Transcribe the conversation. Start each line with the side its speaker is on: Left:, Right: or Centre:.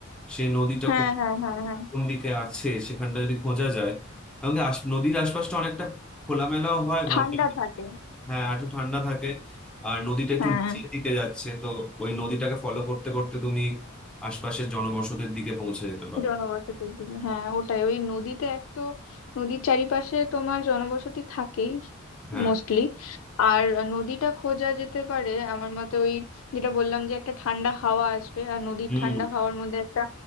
Centre: সে নদীটা
Left: হ্যাঁ
Centre: কোন
Left: হ্যাঁ হ্যাঁ হ্যাঁ
Centre: কোন দিকে আছে সেখানটা যদি খোঁজা যায় কারণ কি আশ- নদীর আশপাশটা অনেকটা খোলামেলাও হয়
Left: ঠান্ডা
Centre: ঘন
Left: থাকে
Centre: হ্যাঁ আর একটু ঠান্ডা থাকে আর নদীটা একটু
Left: হ্যাঁ
Centre: নিচের দিকে যাচ্ছে তো ওই নদীটাকে ফলো করতে করতে তুমি আশপাশের জনবসতির দিকে পৌঁছে যেতে পারো
Left: জনবসতির দিকে হ্যাঁ ওটাই ওই নদীতে এক তো নদীর চারিপাশে তোমার জনবসতি থাকেই
Centre: হ্যাঁ
Left: মোস্টলি আর নদীটা খোঁজা যেতে পারে আমার মতে ওই যেটা বললাম যে একটা ঠান্ডা হাওয়া আসবে আর নদীর
Centre: হুম
Left: ঠান্ডা হাওয়ার মধ্যে একটা